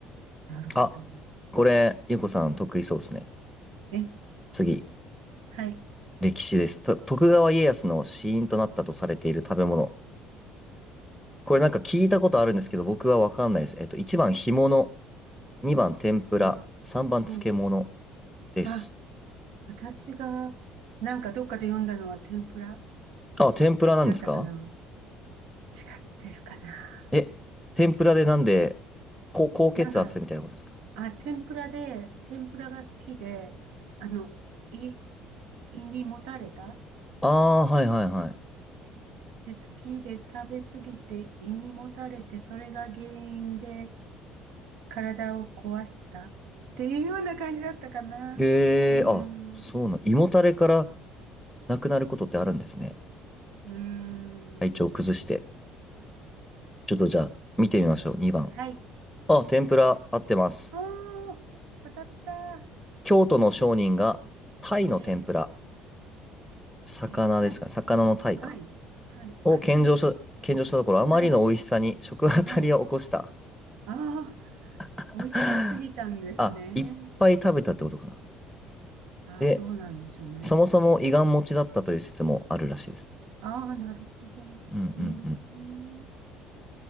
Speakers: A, on the right (about 85°); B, in the centre.
A: なるほど。
B: あ、これ、ゆうこさん得意そうですね。
A: え、
B: 次、
A: はい。
B: 歴史です。と徳川家康の死因となったとされている食べ物。これなんか聞いたことあるんですけど、僕はわかんないです。えっと、1番干物、2番天ぷら、
A: うん、
B: 3番漬物
A: うん。
B: です。
A: あ、私が、なんかどっかで読んだのは天ぷら
B: あ、天ぷらなんですか
A: だったかな違ってるかな
B: え、天ぷらでなんで、高高血圧みたいなことですか
A: なんか、あ、天ぷらで、天ぷらが好きで、あの、胃、胃にもたれた
B: ああー、はいはいはい。
A: で、好きで食べ過ぎて胃にもたれて、それが原因で体を壊したっていうような感じだったかな。
B: へえ、
A: うーん、
B: あ、そうな、
A: う
B: 胃もたれからなくなることってあるんですね。
A: ーん。
B: 体調崩して。ちょっとじゃあ、見てみましょう。2番。
A: はい。
B: あ、天ぷら合ってます。
A: ああ、当たった。
B: 京都の商人が、タイの天ぷら、
A: ええ、
B: 魚ですか、
A: え、かい。
B: 魚のタイか、
A: はい。はい。
B: を献上した、
A: あ、たい。
B: 献上したところ、あまりの美味しさに食あたりを起こした。
A: はい。はい。ああ、
B: <laughs>
A: 美味しすぎたんですね。
B: あ、いっぱい食べたってことかな。
A: ああ、
B: で、
A: そうなんでしょうね。
B: そもそも胃がん持ちだったという説もあるらしいですね。
A: ああ、なるほど。うーん。
B: うんうんうん。